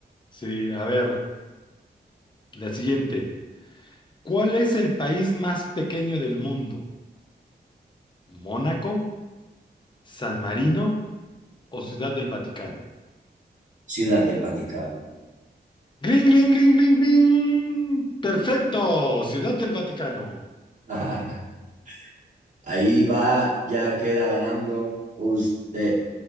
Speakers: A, on the left (about 25°); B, on the right (about 45°).
A: Sí, a ver, la siguiente. ¿Cuál es el país más pequeño del mundo? ¿Mónaco, San Marino o Ciudad del Vaticano?
B: Ciudad del Vaticano.
A: ¡Gling, gling, gling, gling, gling! ¡Perfecto! Ciudad del Vaticano.
B: <laughs> Ahí va, ya queda ganando usted.